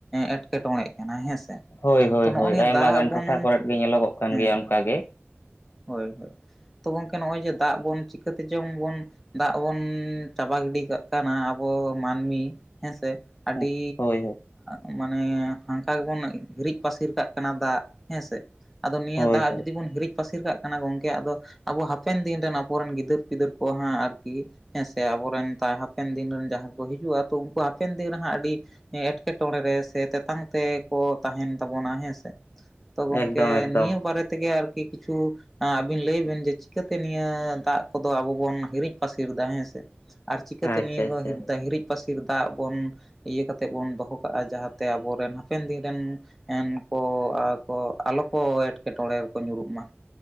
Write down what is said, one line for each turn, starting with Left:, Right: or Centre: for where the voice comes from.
Centre: ᱮᱸᱴᱠᱮᱴᱚᱬᱮᱜ ᱠᱟᱱᱟ ᱦᱮᱸᱥᱮ
Left: ᱦᱳᱭ ᱦᱳᱭ
Centre: ᱛᱚ ᱱᱚᱜᱼᱚ
Left: ᱦᱳᱭ
Centre: ᱱᱤᱭᱟᱹ
Left: ᱟᱭᱢᱟ
Centre: ᱫᱟᱜ
Left: ᱜᱟᱱ
Centre: ᱵᱚᱱ
Left: ᱴᱚᱴᱷᱟ ᱠᱚᱨᱮᱫ ᱜᱮ ᱧᱮᱞᱚᱜᱚᱜ ᱠᱟᱱ
Centre: ᱦᱮᱸ
Left: ᱜᱮᱭᱟ ᱚᱱᱠᱟ ᱜᱮ
Centre: ᱦᱳᱭ ᱦᱳᱭ ᱛᱚ ᱜᱚᱢᱠᱮ ᱱᱚᱜᱼᱚᱭ ᱡᱮ ᱫᱟᱜ ᱵᱚᱱ ᱪᱤᱠᱟᱹᱛᱮ ᱡᱚᱝ ᱵᱚᱱ ᱫᱟᱜ ᱵᱚᱱ ᱪᱟᱵᱟ ᱜᱤᱰᱤ ᱠᱟᱜ ᱠᱟᱱᱟ ᱟᱵᱚ ᱢᱟᱹᱱᱢᱤ ᱦᱮᱸᱥᱮ ᱟᱹᱰᱤ
Left: ᱦᱳᱭ ᱦᱳᱭ
Centre: ᱟᱜ ᱢᱟᱱᱮ ᱦᱟᱱᱠᱟ ᱜᱮᱵᱚᱱ ᱦᱤᱨᱤᱡ ᱯᱟᱹᱥᱤᱨ ᱠᱟᱜ ᱠᱟᱱᱟ ᱫᱟᱜ ᱦᱮᱸᱥᱮ ᱟᱫᱚ ᱱᱤᱭᱟᱹ
Left: ᱦᱳᱭ
Centre: ᱫᱟᱜ
Left: ᱦᱳᱭ
Centre: ᱡᱩᱫᱤ ᱵᱚᱱ ᱦᱤᱨᱤᱡ ᱯᱟᱹᱥᱤᱨ ᱠᱟᱜ ᱠᱟᱱᱟ ᱜᱚᱝᱠᱮ ᱟᱫᱚ ᱟᱵᱚ ᱦᱟᱯᱮᱱ ᱫᱤᱱ ᱨᱮᱱ ᱟᱵᱚᱨᱮᱱ ᱜᱤᱫᱟᱹᱨ ᱯᱤᱫᱟᱹᱨ ᱠᱚ ᱦᱟᱸᱜ ᱟᱨᱠᱤ ᱦᱮᱸ ᱥᱮ ᱟᱵᱚᱨᱮᱱ ᱦᱟᱯᱮᱱ ᱫᱤᱱ ᱨᱮᱱ ᱡᱟᱦᱟᱸᱭ ᱠᱚ ᱦᱤᱡᱩᱜᱼᱟ ᱛᱚ ᱩᱱᱠᱩ ᱦᱟᱯᱮᱱ ᱫᱤᱱ ᱨᱮᱦᱟᱸᱜ ᱟᱹᱰᱤ ᱮᱴᱠᱮᱴᱚᱬᱮ ᱨᱮ ᱥᱮ ᱛᱮᱛᱟᱝ ᱛᱮᱠᱚ ᱛᱟᱦᱮᱱ ᱛᱟᱵᱚᱱᱟ ᱦᱮᱸ ᱥᱮ ᱛᱚ ᱜᱚᱝᱠᱮ
Left: ᱮᱠᱫᱚᱢ ᱮᱠᱫᱚᱢ
Centre: ᱱᱤᱭᱟᱹ ᱵᱟᱨᱮ ᱛᱮᱜᱮ ᱟᱨᱠᱤ ᱠᱤᱪᱷᱩ ᱟᱹᱵᱤᱱ ᱞᱟᱹᱭ ᱵᱤᱱ ᱡᱮ ᱪᱤᱠᱟᱹᱛᱮ ᱱᱤᱭᱟᱹ ᱫᱟᱜ ᱠᱚᱫᱚ ᱟᱵᱚ ᱵᱚᱱ ᱦᱤᱨᱤᱡ ᱯᱟᱹᱥᱤᱨᱫᱟ ᱦᱮᱸ ᱥᱮ ᱟᱨ ᱪᱤᱠᱟᱹᱛᱮ
Left: ᱟᱪᱪᱷᱟ
Centre: ᱱᱤᱭᱟᱹ
Left: ᱟᱪᱪᱷᱟ
Centre: ᱠᱚ ᱦᱤᱨᱤᱡ ᱯᱟᱹᱟᱥᱤᱨ ᱫᱟᱜ ᱵᱚᱱ ᱤᱭᱟᱹ ᱠᱟᱛᱮ ᱛᱮᱵᱚᱱ ᱫᱚᱦᱚ ᱠᱟᱜᱼᱟ ᱡᱟᱦᱟᱸᱛᱮ ᱟᱵᱚᱨᱮᱱ ᱦᱟᱯᱮᱱ ᱫᱤᱱ ᱨᱮᱱ ᱮᱱᱠᱚ ᱟᱨᱠᱚ ᱟᱞᱚ ᱠᱚ ᱮᱴᱠᱮᱴᱚᱬᱮ ᱨᱮᱠᱚ ᱧᱩᱨᱩᱜ ᱢᱟ